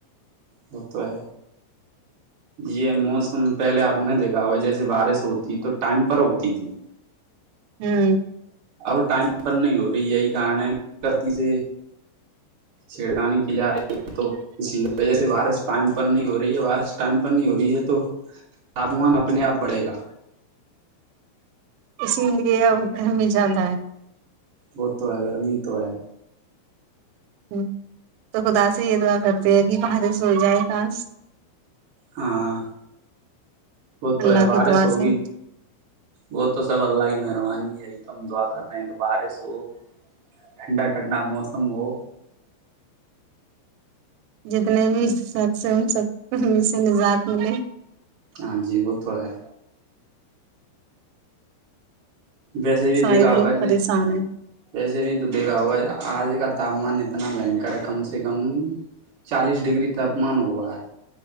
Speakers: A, on the right; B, on the right.
A: ہو تو ہے یہ موسم پہلے آپ نے دیکھا ہوا جیسے بارش ہوتی تو ٹائم پر ہوتی تھی
B: ہوں
A: اب ٹائم پر نہیں ہو رہی یہی کارن ہےتی سےاسس چھیڑخانی کی جا رہی ہے تو اسی وجہ سے بارس ٹائم پر نہیں ہو رہی ہے بارس ٹائم پر نہیں ہو رہی ہے تو تاپمان اپنے آپ بڑھے گا
B: اسی لیے وہ گرمی زیادہ ہے
A: وہ تو ہے گرمی تو ہے
B: ہ تو خدا سے یہ دعا کرتے ہے کہ وہاں ج سو جائے خاس
A: ہاں وہ تو
B: اللہ
A: ہے باراس
B: کی دعا
A: ہوگی
B: سے
A: وہ تو سب اللہ ہی مہربانی یہی تو ہم دعا کر رہے ہیں کہ باراس ہو ٹھنڈا ٹھنڈا موسم ہو
B: جتنے بھی سخص ہیں ان سب کو ان میں سے نجات ملے
A: ہاں جی وہ تو ہے ویسے بھی
B: سارے
A: دیکھا ہوگا
B: لوگ
A: ج
B: پریشان ہیں
A: ویسے بھی تو دیکھا ہوگا آج کا تاپمان اتنا بنکر ہے کم سے کم چالیس ڈگری تاپمان ہواج